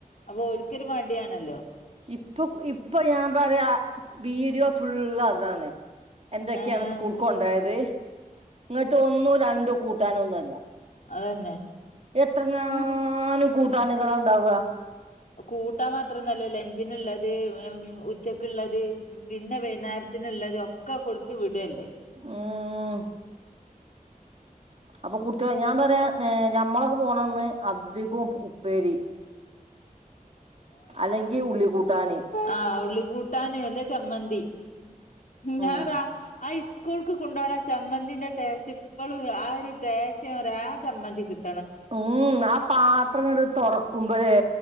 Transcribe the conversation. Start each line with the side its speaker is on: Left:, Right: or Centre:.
Left: അപ്പൊ ഓൽക്കൊര് മട്യാണല്ലോ
Right: ഇപ്പൊപ് ഇപ്പൊ ഞാ പറ്യാ വീഡ്യോ ഫുള്ളതാണ് എന്തൊക്ക്യാണ്
Left: ഏഹ്
Right: സ്കൂൾക്കാെണ്ടെയെത് ഇങ്ങട്ട് ഒന്നും രണ്ടും കൂട്ടാനൊന്നു അല്ലാ
Left: അതന്നെ
Right: എത്രെങ്ങാനും
Left: കൂ
Right: കൂട്ടാന് നാണ്ടാവാ
Left: കൂട്ടാം മാത്രാെന്നു അല്ല ലഞ്ചിന്ള്ളത് വേം ഉച്ചക്ക്ള്ളത് പിന്നെ വൈന്നാര്ത്തിന്ള്ളത് ഒക്കെ കൊട്ത്ത് വിടല്ലേ
Right: ആഹ് അപ്പൊ കുട്ട്യള് ഞാൻ പറയാ ഏ ഞമ്മളൊകെ പോണന്ന് അ അതികും പേടി അല്ലെങ്കി ഉള്ളി കൂട്ടാന്
Left: ആഹ് ഉള്ളി കൂട്ടാന് അല്ലേ ചമ്മന്തി ഞറാ
Right: ഉം
Left: ആ ഇസ്കൂൾക്ക് കൊണ്ടോണെ ചമ്മന്തിന്റെ ടേസ്റ്റ് ഇപ്പഴും ആ ഒരു ടേസ്റ്റ് ഞാ പറയാആ ചമ്മന്തി കിട്ടും
Right: ഉം ആ പാത്രങ്ങട്ട്തുറക്കുമ്പോഴെ